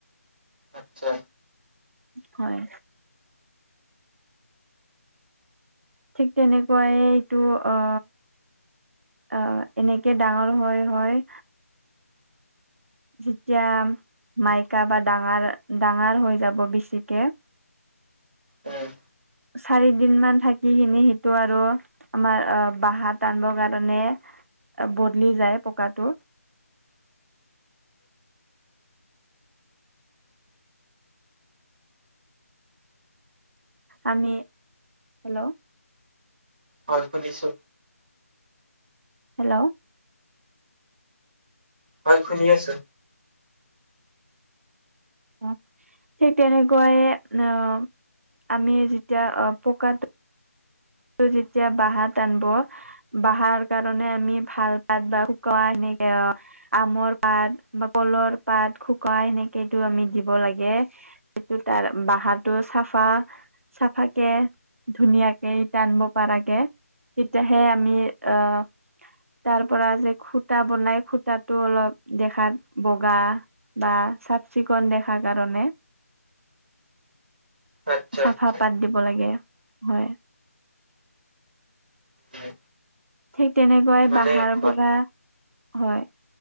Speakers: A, on the right (about 35°); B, on the right (about 60°).
A: আত্চ্ছা।
B: হয়। ঠিক তেনেকুৱাইে এইটো অ আহ এনেকে ডাঙৰ হয় হয়। যেতিয়া মাইকা বা ডাঙৰ, ডাঙৰ হৈ যাব বেছিকে
A: এ
B: চাৰি দিন মান থাকিখিনি সেইটো আৰু আমাৰ অ বহা টান দ কাৰণে বদলি যায় পকাটো আমি হেল্ল'
A: হয় শুনিছো।
B: হেল্ল'
A: হয় শুনি আছো।
B: অ ঠিক তেনেকুৱাইে অ আমি যেতিয়া অ পকাত তোৰ যেতিয়া বহা টানব। বাহাৰ কাৰণে আমি ভাল পাত বা শুকোৱা সেনেকে অ আমৰ পাত বা কলৰ পাত শুকাই সেনেকেইটো আমি দিব লাগে। সেটো তাৰ বাহাটো চাফা চাফাকে ধুনীয়াকে জানব পাৰকে তেতিয়াহে আমি আ তাৰ পৰা যে খুতা বনাই খুতাটো অলপ দেখাত বগা। বা চাফ -চিকুণ দেখাৰ কাৰণে
A: আচ্ছা
B: চাফা
A: আচ্ছা
B: পাত দিব লাগে হয়।
A: উম,
B: ঠিক তেনেকুৱাই
A: মানে
B: বাহাৰ
A: খুব
B: পৰা হয়।